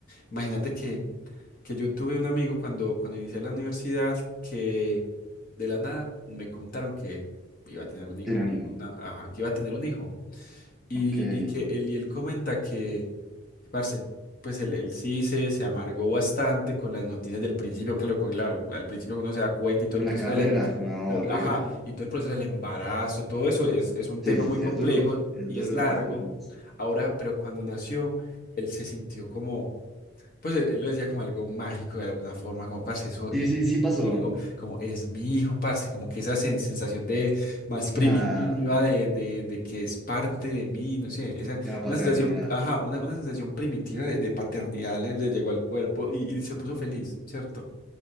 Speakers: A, on the left; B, in the centre.
A: imagínate que, que yo tuve un amigo cuando, cuando inicié la universidad que de la nada me contaron que iba a tener un hijo.
B: tiene un hijo.
A: Una- ajá, que iba a tener un hijo. Y,
B: Ok. En
A: y que él, y él comenta que, que, parce, pues él, él sí se, se amargó bastante con las noticias del principio, claro, con- claro, al principio cuando uno se da cuenta y todo el proceso
B: la carrera,
A: del, em-
B: no,
A: y to-
B: horrible.
A: ajá, y todo el proceso del embarazo, todo eso es, es un tema
B: Sí, sí,
A: muy
B: sí,
A: complejo
B: es duro. Es
A: y
B: duro
A: es largo.
B: el proceso del embarazo.
A: Ahora, pero cuando nació, él se sintió como pues él, él lo decía como algo mágico de alguna forma, como parce, eso
B: Sí,
A: es,
B: sí, sí
A: es
B: pasó.
A: mi hijo, como es mi hijo, parce, como que esa sen- sensación de más
B: Claro.
A: primitiva, de, de, de que es parte de mí, no sé, esa,
B: De la paternidad.
A: una sensación, ajá, una, una sensación primitiva de, de paternidad le, le llegó al cuerpo y, y se puso feliz, ¿cierto?